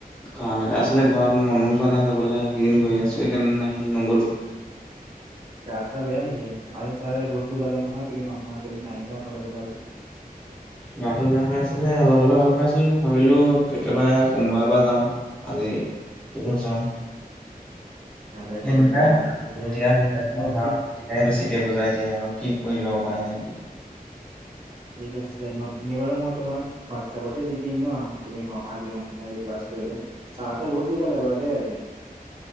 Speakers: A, in the centre; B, on the right.
A: কাম এটা আছিলে ঘৰত, মনো যোৱা নাই যাবলে এইকেইদিন গৈয়ে আছোঁ সেইকাৰণে নাহিলো নগলো।
B: গা চা বেয়া নেকি? আজি ছাৰে বহুত বুজালে নহয় তুমি নহা তুমি নাহিলা কলেজলে আজি।
A: গাটো বেয়া হৈ আছিলে অলপ অলপ ভাল পাইছিলো ভাবিলো একেবাৰে সোমবাৰৰ পৰা যাওঁ। আজি কিনো যাম।
B: ভালে কৰিলা
A: এনেকোৱাই,
B: ঠিকে
A: এতিয়া
B: আছে নোট কি
A: তেতিয়াহে বেছিকে বুজাই দিয়ে আৰু কি কৰিবা উপায় নাই।
B: ঠিক আছে নোটখিনি বাৰু মই তোমাক হোৱাটছাপতে দি দিম ন? তুমি নহা যিমান খিনি আজি ক্লাছ কৰিলে। ছাৰহঁতে বহুত বুজালে বাৰু দেই আজি।